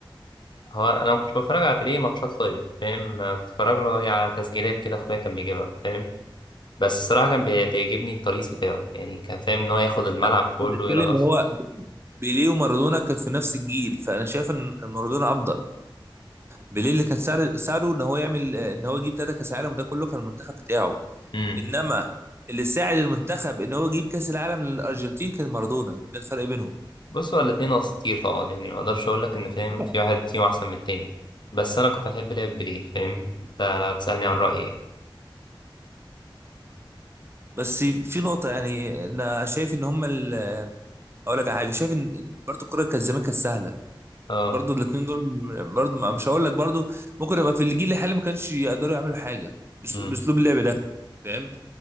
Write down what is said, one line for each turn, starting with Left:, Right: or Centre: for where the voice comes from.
Left: هو انا ما كنتش بتفرج على بيليه ماتشات لايف فاهم كنت بتفرج له إيه على تسجيلات كده اخويا كان بيجيبها فاهم بس الصراحة كان بي- بيعجبني الترقيص بتاعه يعني كان فاهم إن هو ياخد الملعب
Right: انا
Left: كله
Right: بتكلم
Left: يرقص
Right: هو بيليه ومارادونا كان في نفس الجيل فانا شايف ان كان مارادونا افضل بيليه اللي كان ساعد- ساعده ان هو يعمل ان هو يجيب ثلاثه كاس عالم وده كله كان المنتخب بتاعه
Left: امم
Right: انما اللي ساعد المنتخب ان هو يجيب كاس العالم للارجنتين كان مارادونا ده الفرق بينهم
Left: بص هو الاتنين أساطير طبعا يعني ما أقدرش أقول لك إن فاهم
Right: طبعا
Left: في واحد فيهم أحسن من التاني بس أنا كنت أحب لعب بيليه فاهم أنت لو تسألني عن رأيي يعني
Right: بس في نقطه يعني انا شايف ان هم ال- اقول لك على حاجه شايف ان برضه الكوره كانت زمان كانت سهله
Left: أه
Right: برضو الاثنين دول برضو ما- مش هقول لك برضو ممكن يبقى في الجيل الحالي ما كانش يقدروا يعملوا حاجه بس-
Left: امم
Right: باسلوب اللعب ده فاهم